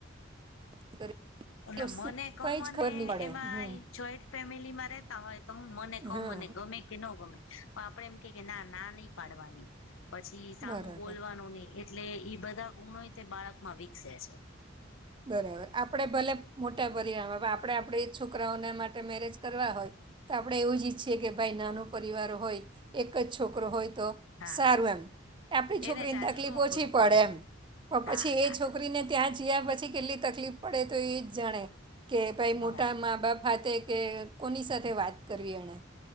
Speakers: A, on the right; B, on the left.
A: કરવી.
B: અને
A: વસ્તુ
B: મને કમને
A: કંઈ જ ખબર નહીં પડે
B: એમાંય
A: હમ
B: જોઈન્ટ ફેમિલીમાં રેતા હોય તો હું મને કહો
A: હા
B: મને ગમે કે નો ગમે પણ આપડે એમ કે કે ના ના નહી પાડવાની પછી સામું
A: બરાબર
B: બોલવાનું નહી એટલે ઈ બધા ગુણો ય તે બાળક માં વિકસે છે.
A: બરાબર આપડે ભલે મોટા પરિવારમાં આપડે આપણે છોકરાઓને માટે મેરેજ કરવા હોય. તો આપણે એવું જ ઈચ્છીએ કે ભાઈ નાનો પરિવાર હોય એક જ છોકરો હોય તો
B: હા
A: સારું એમ આપણી
B: એને
A: છોકરીની
B: જાજુ
A: તકલીફ
B: ન
A: ઓછી
B: કરવું
A: પડે એમ પણ પછી
B: હા હા
A: એ છોકરીને ત્યાં જયા પછી કેટલી તકલીફ પડે તો એ જ જાણે કે ભાઈ
B: હા
A: મોટા મા-બાપ હાતે કે કોની સાથે વાત કરવી એણે